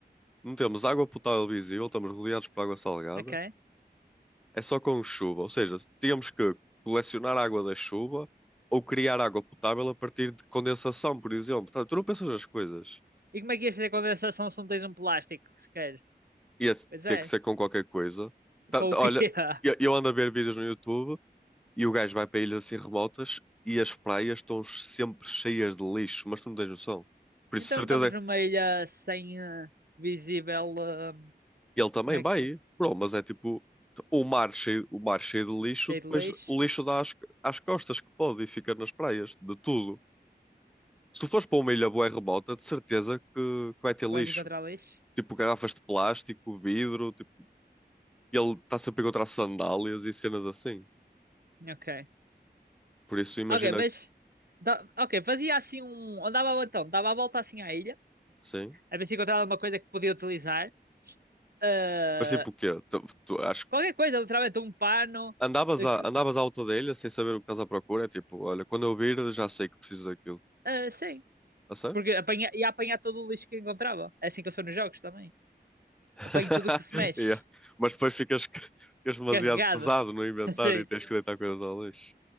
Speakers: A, in the centre; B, on the right.
A: não temos água potável visível, estamos rodeados por água salgada,
B: <laughs> Ok?
A: é só com chuva. Ou seja, tínhamos que colecionar água da chuva ou criar água potável a partir de condensação, por exemplo. Portanto, tu não pensas nas coisas.
B: E como é que ias fazer condensação se não tens um plástico, sequer?
A: Ia
B: Pois
A: ter que
B: é,
A: ser com qualquer coisa. Tá-
B: com
A: tá-
B: o quê?
A: olha,
B: <laughs>
A: eu, eu ando a ver vídeos no YouTube e o gajo vai para ilhas assim remotas e as praias estão sempre cheias de lixo, mas tu não tens noção. Por
B: Então
A: isso, certeza
B: não estamos numa ilha sem eh, visível. eh,
A: E ele também
B: como é
A: vai,
B: que se chama?
A: bro, mas é tipo o mar cheio, o mar cheio de lixo,
B: Cheio
A: depois
B: de lixo?
A: o lixo dá às, às costas que pode e fica nas praias, de tudo. Se tu fores para uma ilha bué remota, de certeza que, que vai ter
B: Que
A: lixo.
B: vais encontrar lixo?
A: Tipo garrafas de plástico, vidro, tipo, e ele está sempre a encontrar sandálias e cenas assim.
B: Ok.
A: Por isso imagina,
B: Ok, mas. da- ok, fazia assim um. Andava então, dava a volta assim à ilha,
A: sim.
B: a ver se encontrava alguma coisa que podia utilizar. Eh,
A: Mas tipo o quê? Tu, tu- acho que
B: qualquer coisa, literalmente um pano.
A: andavas
B: eh, que-
A: à, andavas à alta da ilha sem saber o que estás à procura, é tipo, olha, quando eu vir já sei que preciso daquilo.
B: eh, sim.
A: A sério?
B: Porque apanha, ia apanhar todo o lixo que encontrava. É assim que eu sou nos jogos também.
A: <laughs>
B: Apanho tudo o que se mexe,
A: Yeah. Mas depois ficas, ficas demasiado
B: carregado,
A: pesado no inventário
B: <laughs> assim.
A: e tens que deitar coisas ao lixo.